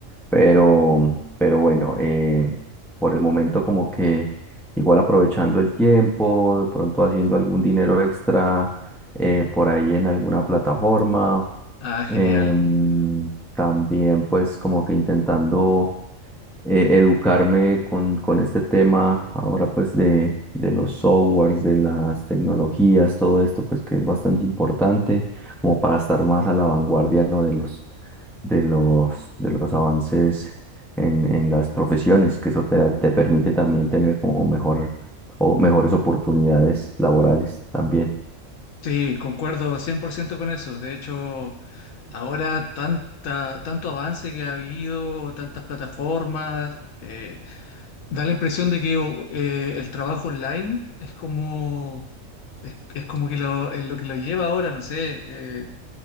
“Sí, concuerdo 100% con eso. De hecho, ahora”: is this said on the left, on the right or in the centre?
Left